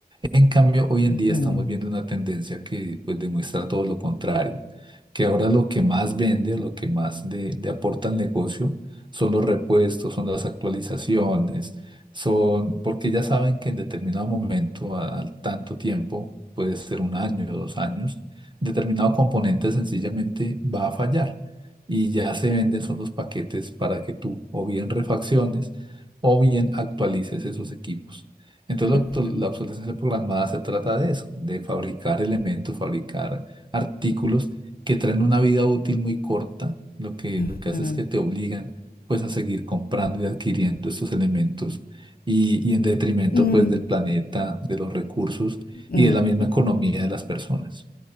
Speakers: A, on the right (about 30°); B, on the left (about 70°).
A: En cambio, hoy
B: ujú,
A: en día estamos viendo una tendencia que pues demuestra todo lo contrario, que ahora lo que más vende, lo que más le, le aporta al negocio son los repuestos, son las actualizaciones, son porque ya saben que en determinado momento, a- al tanto tiempo, puede ser un año o dos años, determinado componente sencillamente va a fallar y ya se venden son los paquetes para que tú o bien refacciones o bien actualices esos equipos. Entonces,
B: ujú,
A: la obso- la obsolescencia programada se trata de eso, de fabricar elementos, fabricar artículos que traen una vida útil muy corta. Lo que,
B: ujú,
A: lo que hace es que te obligan pues a seguir comprando y adquiriendo estos elementos y, y en detrimento
B: ujú,
A: pues del planeta, de los recursos
B: mm,
A: y de la misma
B: ujú.
A: economía de las personas.